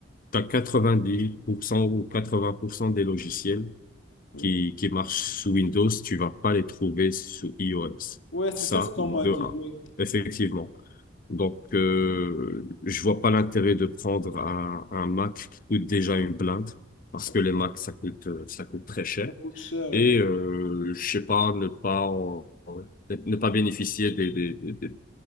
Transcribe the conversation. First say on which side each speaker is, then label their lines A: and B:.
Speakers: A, on the left (about 45°); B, on the left (about 80°).
A: Tu as 90% ou 80% des logiciels
B: oui.
A: qui, qui marchent sous Windows, tu vas pas les trouver sous iOS.
B: Ouais, c'est
A: Ça,
B: ça ce qu'on
A: de
B: m'a dit.
A: un.
B: Oui,
A: Effectivement. Donc, euh, je vois pas l'intérêt de prendre un, un Mac qui coûte déjà une blinde, parce
B: ouais.
A: que les Macs, ça coûte, euh, ça coûte très cher.
B: Ça coûte cher.
A: Et
B: et fa-
A: euh, je sais pas, ne pas en- en- ne pas bénéficier des, des, des, des,